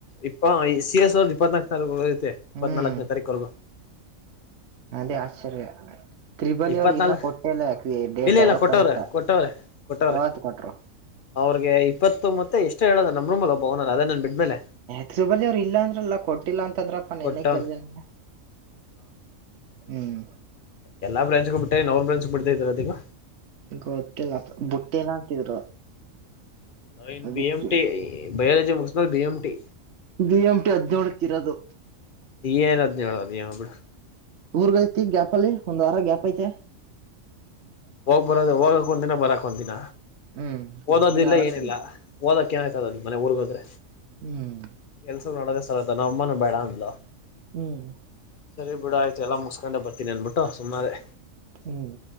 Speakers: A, on the left (about 50°); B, on the right (about 60°).
A: ಇಪ್ಪ ಸಿ ಎಸ್ ಅವ್ರ ಇಪ್ಪತ್ನಾಕು. ಐತೆ ಇಪ್ಪತ್ನಾಲ್ಕನೇ
B: ಹ್ಮ್
A: ತಾರೀಕುರೆಗೂ.
B: ಅದೇ ಆಶ್ಚರ್ಯ. ತ್ರಿಬಲಿ
A: ಇಪ್ಪತ್ನಾಲ್ಕು
B: ಅವ್ರಗ್ ಇನ್ನೂ ಕೊಟ್ಟೇ ಇಲ್ಲ ಯಾಕ ಡೇಟ್
A: ಇಲ್ಲ
B: ಯಾವತ್
A: ಇಲ್ಲ ಕೊಟ್ಟವ್ರೆ
B: ಅಂತ
A: ಕೊಟ್ಟವ್ರೆ ಕೊಟ್ಟವ್ರೆ
B: ಯಾವತ್ ಕೊಟ್ರು.
A: ಅವ್ರಿಗೆ ಇಪ್ಪತ್ತು ಮತ್ತೆ ಎಷ್ಟು ಹೇಳೋದ ನಮ್ ರೂಮಲ್ ಒಬ್ಬ ಅದೇ ನನ್ ಬಿಡ್ಮೇಲೆ.
B: ತ್ರುಬಲ್ಲಿ ಅವ್ರು ಇಲ್ಲ ಅಂದ್ರಲ್ಲ ಕೊಟ್ಟಿಲ್ಲ ಅಂತಂದ್ರಪ್ಪೆನೇ
A: ಕೊಟ್ಟವ್ನ್
B: ಕೇಳ್ದೇ ನಾನು. ಹ್ಮ್
A: ಎಲ್ಲ ಬ್ರಾಂಚ್ಗು ಬಿಟ್ಟ ಇನ್ನ ಅವ್ರಾ ಬ್ರಂಚಗೆ ಬಿಡ್ದೇ ಇದ್ರೆ ಅದಿಗ.
B: ಗೊತ್ತಿಲ್ಲಪ್ಪ ಬುಟ್ಟಿಲ್ಲಾ ಅಂತಿದ್ರು.
A: ನಾನ್
B: ಅದಿಕ್ಕೆ
A: ಬಿ ಎಂ ಟಿ ಈ ಬಯಾಲಜಿ ಮುಗಿಸ್ದೊರು BM T.
B: B M T ಹದ್ನೇಳಕ್ ಇರೋದು.
A: ಈ ಹದಿನೊಳೋ ಅದೇನೊ ಬಿಡು.
B: ಊರಿಗೆ ಹೋಯ್ತಿನಿ ಗ್ಯಾಪ್ ಅಲ್ಲಿ ಒಂದ್ ವಾರ ಗ್ಯಾಪ್ ಐತೆ.
A: ಊರಿಗ ಹೋಗಕ್ ಒಂದಿನ ಬರಕ್ ಒಂದ ದಿನ
B: ಹ್ಮ್
A: ಓದೋದಿಲ್ಲ
B: ಇನ್ ನಾಲ್ಕ್
A: ಏನಿಲ್ಲ.
B: ದಿನ
A: ಓದಕ್ಕ ಏಯ್ತದ ಅದು ಮನೆಗ ಊರಿಗ್ ಹೋದ್ರೆ.
B: ಹ್ಮ್
A: ಕೆಲ್ಸ ನೋಡದೇ ಸರ್ದ ನಮ್ಮನು ಬೇಡ ಅಂದ್ಲು.
B: ಹ್ಮ್
A: ಸರಿ ಬಿಡ ಆಯ್ತು ಎಲ್ಲ ಮುಸ್ಕೊಂಡೆ ಬರ್ತೀನಿ ಅನ್ಬಿಟ್ಟು ಸುಮ್ಮನದೇ.
B: ಹ್ಮ್